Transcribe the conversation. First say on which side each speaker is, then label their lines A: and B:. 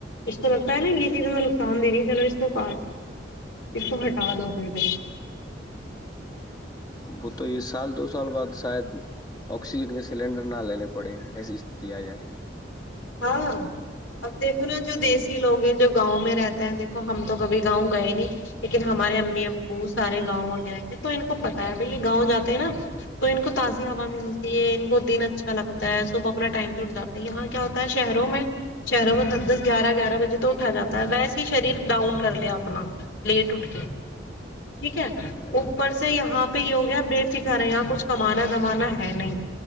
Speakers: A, on the left (about 80°); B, on the left (about 20°).
A: اس کو لگتا ہے نا یہ چیز ہمیں نقصان دے رہی ہے چلو اس کو کاٹ اس کو ہٹا دو گ
B: وہ تو یہ سال دو سال بعد شاید آکسیجن کے سلینڈر نہ لینے پڑے ایسی استتی آ جائے
A: ہاں اب دیکھو نا جو دیسی لوگ ہیں جو گاؤں میں رہتے ہیں دیکھو ہم تو کبھی گاؤں گئے نہیں لیکن ہمارے امی ابو سارے گاؤں وغیرہ کے تو ان کو پت ہے بھائی یہ گاؤں جاتے ہیں نا تو ان کو تازی ہا ملتی ہے دن اچھا لگتا ہے صبح اپنا ٹائم سے اٹھ جا ہے یہاں کیا ہو شہروں میں شہروں میں دس دس گیارہ گیارہ بجے تو اٹھا جاتا ہے ویسے ہی شریر ڈاؤن کر لیا اپنا لیٹ اٹ کے ٹھیک ہے
B: ہاں یار
A: اوپر سے یہاں پہ یہ ہو گیا بے فکر ہے یہاں کچھ کمانا دمانا ہے نہیں